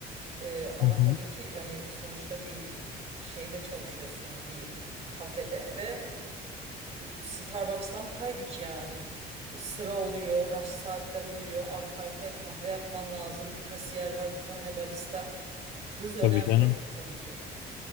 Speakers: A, on the right (about 40°); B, on the left (about 85°).
A: E, ama
B: Hı hı.
A: tabii ki yani sonuçta bir şeyde çalışıyorsun bir kafede ve e, Starbucks'tan pay biç yani. E, Sıra oluyor, rush saatler oluyor, arka arkaya kahve yapman lazım. Bir kasiyer var, bir tane barista. Hız önemli
B: Tabii canım.
A: tabii ki.